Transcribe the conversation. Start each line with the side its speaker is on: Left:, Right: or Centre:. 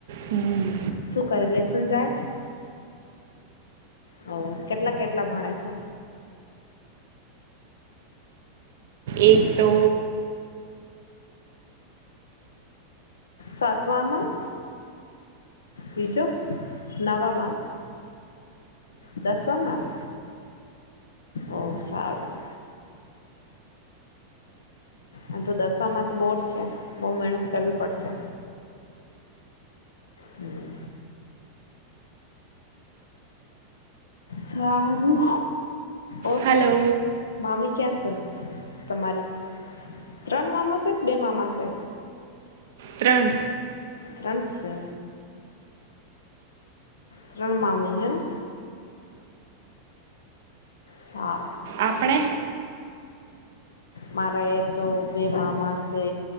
Right: હમ,
Left: શું કરે લસન જાય હો કેટલા કેટલા ભણે છે
Right: એક તો
Left: સાસવાવામાં બીજો નાવામાં દસવામાં ઓ સારું આ તો દશામાં તો બોર્ડ છે બહુ મહેનત કરવી પડશે હમ સારું ઓર
Right: હલો
Left: મામી ક્યાં સર તમારી ત્રણ મામાસે કે બે મામાસે?
Right: ત્રણ
Left: ત્રણ સે ત્રણ માામી હેના? સા
Right: આપણે
Left: મારા એ તો બે મામા છે